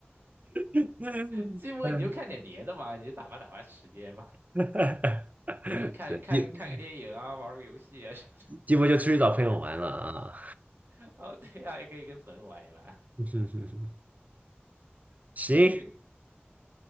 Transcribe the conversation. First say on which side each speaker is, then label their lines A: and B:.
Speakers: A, on the right (about 40°); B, on the right (about 60°).
A: <laughs>
B: 寂寞，你就看点别的嘛，你就打发打发时间嘛，
A: 哈
B: 看看看看个电影啊，
A: 对，寂
B: 玩个游戏啊什么的。
A: 寂寞就出去找朋友玩了啊，
B: <laughs> 哦，对呀、也可以跟朋友玩一玩。
A: <laughs>
B: <laughs>
A: 行，